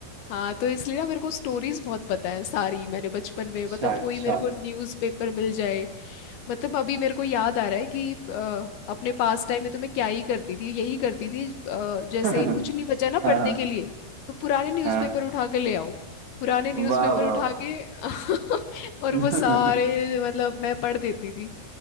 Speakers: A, on the left; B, on the right.
A: हाँ तो इसलिए ना मेरे को स्टोरीज बहुत पता है सारी मैंने बचपन में
B: अच्छा
A: मतलब
B: अच्छा
A: कोई मेरे को न्यूज़पेपर मिल जाए मतलब अभी मेरे को याद आ रहा है कि अ, अपने पास टाइम में तो मैं क्या ही करती थी यही करती थी अ, जैसे
B: <laughs>
A: कुछ नहीं बचा ना
B: हाँ
A: पढ़ने
B: हाँ
A: के लिए तो पुराने न्यूज़पेपर
B: हाँ
A: उठा के ले आओ पुराने न्यूज़पेपर
B: वाह वाह
A: उठा
B: वाह
A: के <laughs> और
B: <laughs>
A: वो सारे मतलब मैं पढ़ देती थी